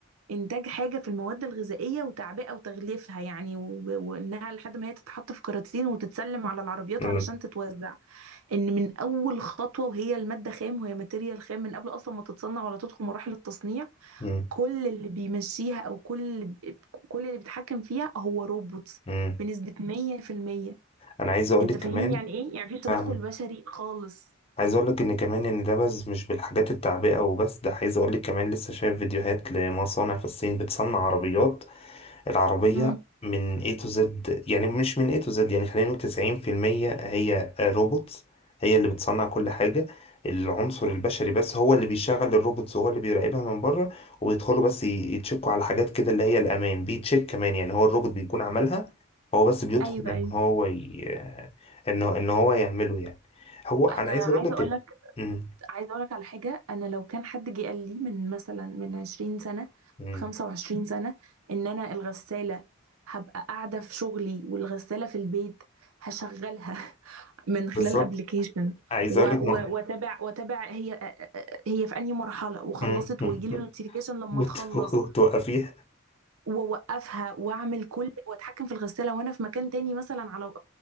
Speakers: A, on the right; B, on the left.
A: انتاج حاجه في المواد الغذائيه وتعبئه وتغليفها يعني و- وانها لحد ما هي تتحط في كراتين وتتسلم على العربيات
B: مم.
A: علشان تتوزع ان من اول خطوه وهي الماده خام وهي ماتيريال خام من قبل اصلا ما تتصنع ولا تدخل مراحل التصنيع
B: مم.
A: كل اللي بيمشيها او كل اللي ب- كل اللي بيتحكم فيها هو روبوتس
B: مم.
A: بنسبه 100%
B: انا عايز اقول
A: انت
B: لك
A: فاهمني
B: كمان
A: يعني ايه يعني مفيش تدخل
B: فاهم
A: بشري خالص
B: عايز اقول لك ان كمان ان ده بس مش بالحاجات التعبئة وبس ده عايز اقول لك كمان لسه شايف فيديوهات لمصانع في الصين بتصنع عربيات العربية
A: امم
B: من A to Z يعني مش من A to Z يعني خلينا نقول تسعين في المية هي روبوتس هي اللي بتصنع كل حاجة العنصر البشري بس هو اللي بيشغل الروبوتس وهو اللي بيراقبها من بره وبيدخلوا بس ي- يتشكوا على حاجات كده اللي هي الأمان بيتشيك كمان يعني هو الروبوت بيكون عملها هو بس بيدخل
A: ايوه ايوه
B: إن هو ي... إن إن هو يعمله يعني هو أنا
A: انا
B: عايز
A: عايزه
B: أقول لك
A: اقول لك
B: مم.
A: عايزه اقول لك على حاجه انا لو كان حد جه قال لي من مثلا من 20 سنه
B: مم.
A: 25 سنه ان انا الغساله هبقى قاعده في شغلي والغساله في البيت هشغلها <laughs> من خلال
B: بالظبط
A: ابلكيشن
B: عايز
A: واتابع
B: أقول لك م...
A: واتابع هي هي في انهي مرحله وخلصت
B: مم. مم.
A: ويجي لي نوتيفيكيشن
B: <laughs>
A: لما
B: وت-
A: تخلص
B: وتوقفيها
A: واوقفها واعمل كل واتحكم في الغساله وانا في مكان تاني مثلا على